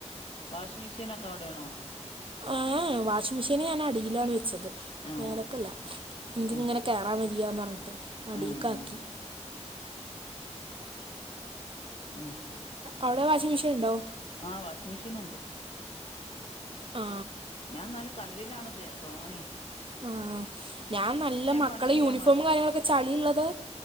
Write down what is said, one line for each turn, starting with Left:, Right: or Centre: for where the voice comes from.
Left: വാഷിംഗ് മിഷീൻ ഒക്കെ അവിടെണോ?
Right: ഏഹ് വാഷിംഗ് മെഷീന് ഞാന് അടിയിലാണ് വെച്ചത്
Left: ആഹ്
Right: മേലക്കല്ല നിനക്ക്
Left: ആഹ്
Right: ഇങ്ങനെ
Left: ശരി
Right: കയറാൻ വയ്യാന്ന് പറഞ്ഞിട്ട് അടിക്ക്
Left: ആഹ്
Right: ആക്കി.
Left: ആഹ് ആഹ് ശരി
Right: അവിടെ വാഷിംഗ് മെഷിൻ ഇണ്ടോ?
Left: ആഹ് വാഷിംഗ് മെഷീൻ ഉണ്ട്
Right: ആ
Left: ഞാൻ ന്നാലും കല്ലിലാണ് തോനിം
Right: ആഹ് ഞാൻ നല്ല മക്കളെ
Left: പണി ചെയ്യാൻ
Right: യൂണിഫോമ്
Left: വേണ്ടീട്ട്
Right: കാര്യങ്ങളൊക്കെ ചളി ഇള്ളത്